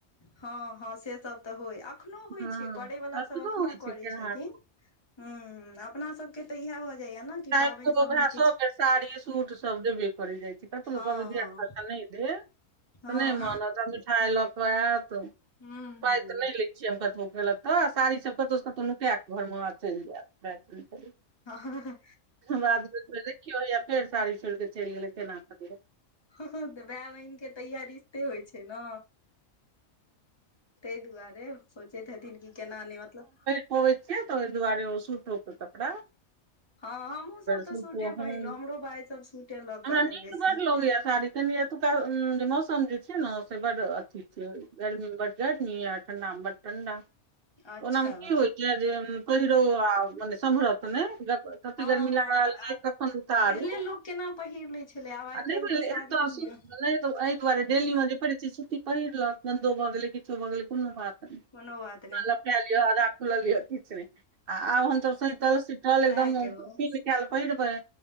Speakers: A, on the left; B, on the right.
A: हँ हँ से सब तऽ होइ एखनो होइ
B: हँ
A: छै करैवला
B: आब
A: सभ
B: कहाँ
A: एखनो
B: होइ छै
A: करै
B: केनहार
A: छथिन ह अपना सबके तऽ इएह भऽ जाइया ने कि
B: तोसर
A: पाबनि सबमे किछु
B: साड़ी सूट सब दे बे जाइ छै तऽ तु
A: हँ
B: क भी दी नहि दे त
A: हँ
B: नहि मन तऽ मिठाई लऽ कऽ आयत त
A: हँ
B: पाइ
A: हूँ हूँ
B: त ने लै कतब केलक तऽ साड़ी सब कतहु कतहु नुका क घर मे चलि जायत
A: ह
B: बादमेर देखियौा फेर साड़ी छोड़के चल गेल तेन आख द
A: तऽ भाय बहिनके तैय रिश्ते होइ छै ने ताहि दुआरे सोचैत हेथिन कि केना नहि मतलब
B: होइ छैियै तऽ ओहि दुआारे ओ सूट क कपड़ा
A: हँ हमहुँ सब तऽ
B: सुूतो
A: सूटे पहिरलहुँ
B: हमरा
A: हमरो भाय सब सूटे लऽ कऽ आयल
B: नीक
A: बेसी
B: बड लगै य साड़ी कनि एतुका जे मौसम जे छै ने से बड अथी छै गर्मीमे बड गर्मी य ठण्डामे बड ठण्डा
A: अच्छा
B: ओनामे की होइ छै जे पहिरो आ मने समरत नै कती
A: हँ
B: गरमी
A: हँ
B: लाग रहल
A: आब
B: कखन उताु
A: पहिले लोक केना पहिर लै छलै आब आइ
B: नहि
A: काल्हि तऽ साड़ियो ने
B: ऐआारे डेल म परस्थित सुटी पहिर ल गन्दो भगै किच भगै कोनो बात नहि
A: कोनोबात
B: लपटा लियआधा खुलल लि किछ नहि आ आब हमसभ सैतल सीतल
A: सएह
B: एकदमन
A: केलहुँ
B: पहि रहपै